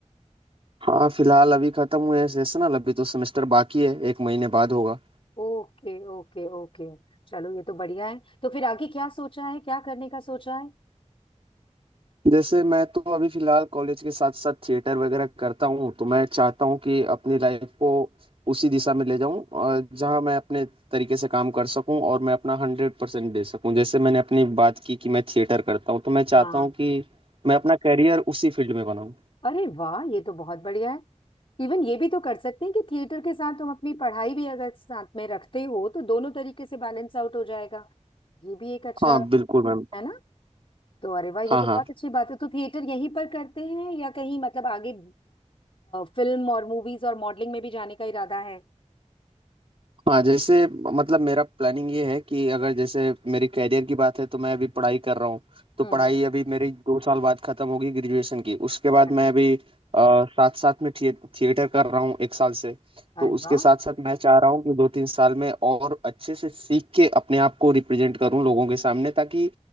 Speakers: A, on the right (about 50°); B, on the left (about 45°).
A: हाँ फिलहाल अभी खत्म हुए हैं सेशनल अभी तो सेमेस्टर बाकी है एक महीने बाद होगा
B: Okay okay okay चलो ये तो बढ़िया है तो फिर आगे क्या सोचा है क्या करने का सोचा है
A: जैसे मैं तो अभी फिलहाल कॉलेज के साथ साथ थिएटर वगैरह करता हूँ तो मैं चाहता हूँ कि अपनी लाइफ को उसी दिशा में ले जाऊँ और जहाँ मैं अपने तरीके से काम कर सकूँ और मैं अपना हंड्रेड परसेंट दे सकूँ जैसे मैंने अपनी बात की कि मैं थिएटर करता हूँ तो मैं चाहता
B: हाँ
A: हूँ कि मैं अपना करियर उसी फील्ड में बनाऊँ
B: अरे वाह ये तो बहुत बढ़िया है इवन ये भी तो कर सकते हैं कि थिएटर के साथ तुम अपनी पढ़ाई भी अगर साथ में रखते हो तो दोनों तरीके से बैलेंस आउट हो जाएगा ये भी एक अच्छा
A: हाँ बिल्कुल मैम
B: है ना तो अरे वाह
A: हाँ
B: ये तो
A: हाँ
B: बहुत अच्छी बात है तो थिएटर यहीं पर करते हैं या कहीं मतलब आगे फिल्म और मूवीज और मॉडलिंग में भी जाने का इरादा है
A: हाँ जैसे मतलब मेरा प्लानिंग ये है कि अगर जैसे मेरी कैरियर की बात है तो मैं अभी पढ़ाई कर रहा हूँ तो
B: हम्म
A: पढ़ाई अभी मेरी दो साल बाद खत्म होगी ग्रेजुएशन की उसके बाद
B: अच्छा
A: मैं अभी अ, साथ साथ में थिए, थिएटर कर रहा हूँ एक साल से तो
B: अरे
A: उसके
B: वाह
A: साथ साथ मैं चाह रहा हूँ कि दो तीन साल में और अच्छे से सीख के अपने आप को रिप्रेजेंट करूँ लोगों के सामने ताकि